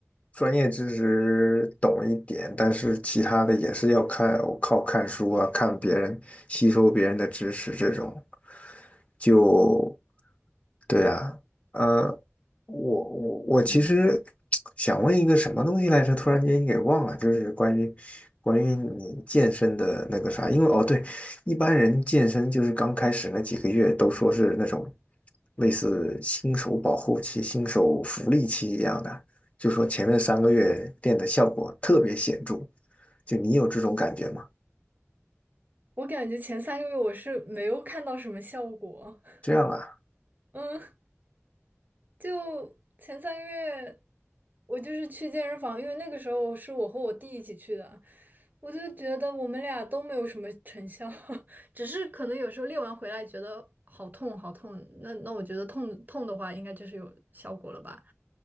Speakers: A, on the left; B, on the right.
A: 专业知识懂一点，但是其他的也是要看，靠看书啊，看别人，吸收别人的知识这种。就，对啊，呃，我我我其实
B: 嗯，
A: 想问一个什么东西来着，突然间给忘了，就是关于关于你健身的那个啥，因为哦对，一般人健身就是刚开始那几个月都说是那种类似新手保护期、新手福利期一样的，就说前面三个月练的效果特别显著。就你有这种感觉吗？
B: 我感觉前三个月我是没有看到什么效果。<laughs>
A: 这样啊，
B: 嗯。就前三个月，我就是去健身房，因为那个时候是我和我弟一起去的，我就觉得我们俩都没有什么成效，<laughs> 只是可能有时候练完回来觉得好痛好痛，那那我觉得痛痛的话应该就是有效果了吧，